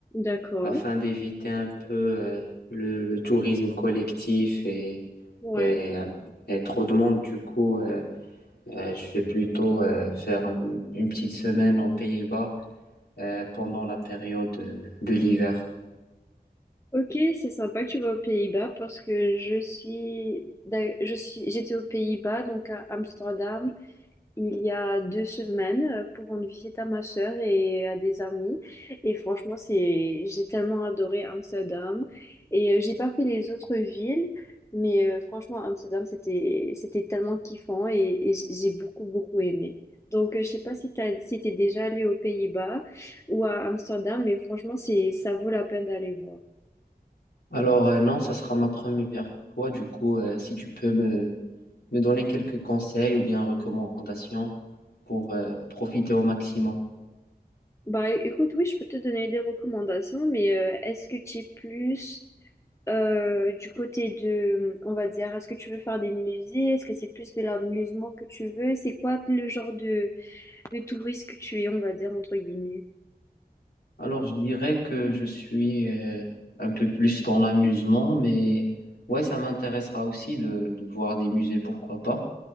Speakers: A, on the left; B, on the left.
A: d'accord.
B: afin d'éviter un peu euh, le, le tourisme collectif et,
A: Ouais.
B: et, et trop de monde. Du coup, euh, Euh, je vais plutôt euh, faire une, une petite semaine aux Pays-Bas euh, pendant la période euh, de l'hiver.
A: Ok, c'est sympa que tu vas aux Pays-Bas parce que je suis, d'a- je suis, j'étais aux Pays-Bas, donc à Amsterdam, il y a deux semaines euh, pour rendre visite à ma sœur et à des amis. Et franchement, c'est, j'ai tellement adoré Amsterdam. Et euh, j'ai pas fait les autres villes, mais euh, franchement, Amsterdam, c'était, c'était tellement kiffant et, et j- j'ai beaucoup, beaucoup aimé. Donc, euh, je sais pas si t'as, si t'es déjà allé aux Pays-Bas ou à Amsterdam, mais franchement, c'est, ça vaut la peine d'aller voir.
B: Alors euh, non, ça sera ma première fois. Du coup, euh, si tu peux me, me donner quelques conseils ou bien recommandations pour euh, profiter au maximum.
A: Bah écoute, oui, je peux te donner des recommandations, mais euh, est-ce que tu es plus euh, du côté de, on va dire, est-ce que tu veux faire des musées? Est-ce que c'est plus de l'amusement que tu veux? C'est quoi le genre de, de touriste que tu es, on va dire, entre guillemets?
B: Alors je dirais que je suis euh, un peu plus dans l'amusement, mais ouais, ça m'intéressera aussi de, de voir des musées, pourquoi pas,